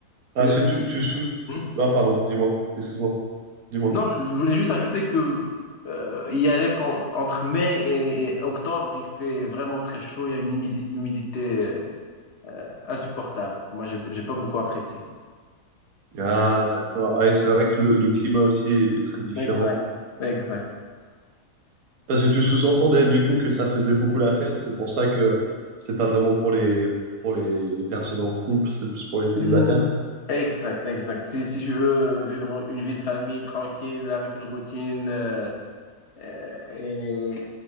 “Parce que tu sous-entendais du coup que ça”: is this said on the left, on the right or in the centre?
Right